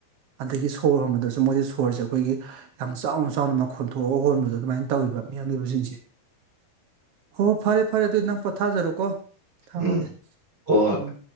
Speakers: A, on the right (about 75°); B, on the right (about 25°).
A: ꯑꯗꯒꯤ ꯁꯣꯔ ꯍꯣꯟꯕꯗꯁꯨ ꯃꯣꯏꯗꯤ ꯁꯣꯔꯁꯦ ꯑꯩꯈꯣꯏꯒꯤ ꯌꯥꯝ ꯆꯥꯎꯅ ꯆꯥꯎꯅ ꯃꯈꯣꯟ ꯊꯣꯛꯑꯒ ꯍꯣꯟꯕꯗꯣ ꯑꯗꯨꯃꯥꯏꯅ ꯇꯧꯋꯔꯤꯕꯕ ꯃꯤꯑꯅꫭꯏꯕꯁꯤꯡꯁꯦ ꯍꯣ ꯍꯣꯏ ꯐꯔꯦ ꯐꯔꯦ ꯑꯗꯨꯗꯤ ꯅꯪ ꯄꯣꯊꯥꯖꯔꯣꯀꯣ ꯊꯝꯃꯒꯦ
B: ꯎꯝ ꯍꯣꯏ ꯍꯣꯏ
A: ꯎꯝ